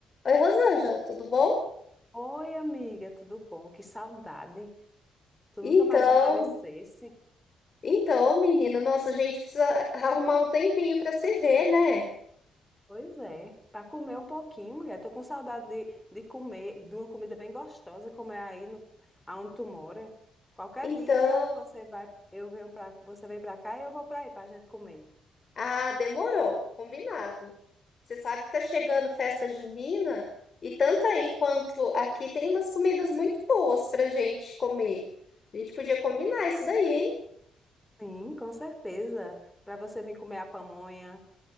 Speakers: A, on the left; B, in the centre.
A: Oi, Rosângela, tudo bom?
B: Oi, amiga, tudo bom? Que saudade. Tu
A: Então,
B: nunca mais aparecesse.
A: então, menina, nossa, a gente precisa arrumar um tempinho para se ver, né?
B: Pois é, para comer um pouquinho, mulher. Tô com saudade de, de comer, de uma comida bem gostosa, como é aí no, aonde tu mora. Qualquer
A: Então,
B: dia você vai, eu venho para, você vem para cá e eu vou para aí para a gente comer.
A: ah, demorou, combinado. Você sabe que tá chegando festa junina e tanto aí quanto aqui tem umas comidas muito boas pra gente comer. A gente podia combinar isso daí, hein?
B: Sim, com certeza. Para você vir comer a pamonha.